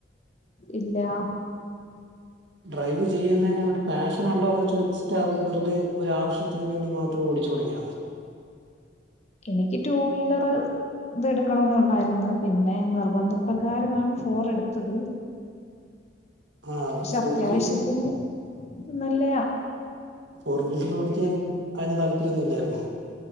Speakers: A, on the left; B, on the right.
A: ഇല്ലാ.
B: ഡ്രൈവ് ചെയ്യുന്നെയ്നോട് പാഷ് നുണ്ടോ അതോ ചോദിച്ചിട്ട് അറിഞ്ഞ് വെറുതെ ഒരാവിശ്യ ത്തിന് വേണ്ടി മാത്രം ഓടിച്ച് തൊടങ്ങിയാണോ?
A: എനിക്ക് ടു വീലർ ഇത് എടുക്കണോന്ന് ഒള്ളായിരുന്നു പിന്നെ നിർബന്ധപ്രകാരവാണ് ഫോർ എട്ത്തത്.
B: ആ അപ്പ ഫോർവീൽന്
A: അത്യാവശ്യത്തിന് നല്ലയാ
B: ഫോർവീലർ ഓടിക്കാൻ അയിന് താല്പര്യം ഒന്നും ഇല്ലായിര്ന്നോ?